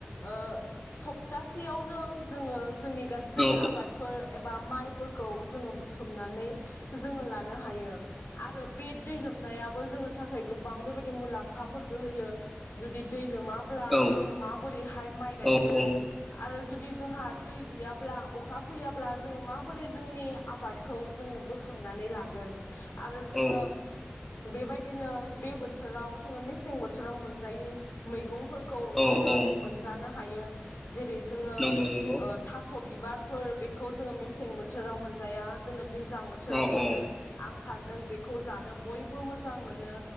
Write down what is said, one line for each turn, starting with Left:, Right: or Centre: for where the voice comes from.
Left: ओ सप्तासेयावनो जोङो जोंनि गासै
Centre: औ
Left: आबादफोर एबा बा माइफोरखौ जोङो बुथुमनानै जोङो लानो हायो आरो बे दै लोमनायाबो जोंनि थाखाय गोबां बेबायदि मुलामफाफोरखौ होयो जोदि दैलोमो माब्ला
Centre: औ
Left: जोङो माबोरैहाय माइ
Centre: औ
Left: गायगोन आरो जुदि जोंहा दै गैयाब्ला अखा फैयाब्ला जोङो माबोरै जोंनि आबाद खौ जोङो बोखांनानै लागोन आरो जोङो
Centre: औ
Left: बेबायदिनो बे बो थोराव जोङो मेसें बोथोराव मोनजायोय मैगंफोर खौ
Centre: औ
Left: जोङो
Centre: औ
Left: मोनजानो हायो। जेरै जोङो
Centre: नंगौ नंगौ
Left: ओ थास' बि बारफोर बेखौ जोंङो मेसें बोथोराव मोनजाया जोंङो दै ज्लां बोथोराव
Centre: औ
Left: मोनो
Centre: औ
Left: आं सानदों बेखौ जानो बय बो मोजां मोनो